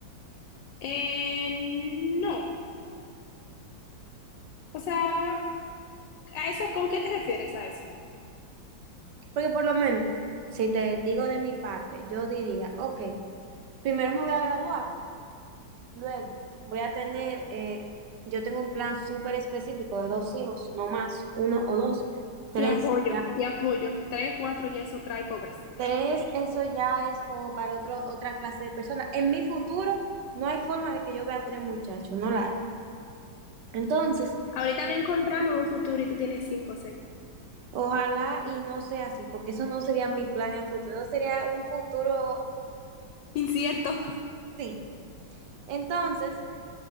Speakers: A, on the left; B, on the right.
A: Eh, no, o sea, ¿a eso con qué te refieres a eso?
B: Porque por lo menos, si te digo de mi parte, yo diría, ok, primero me voy a graduar, luego voy a tener, eh, yo tengo un plan súper específico de dos hijos, no más, uno o dos, tres,
A: Te apoyo,
B: ya
A: te apoyo. Trae cuatro y eso trae pobreza.
B: Tres, eso ya es como para otro, otra clase de personas. En mi futuro no hay forma de que yo vea tres muchachos, no la hay. Entonces,
A: Ahorita no encontramos un futuro y tú tienes cinco o seis.
B: ojalá y no sea así, porque eso no sería mi plan a futuro, eso sería un futuro,
A: Incierto.
B: sí. Entonces,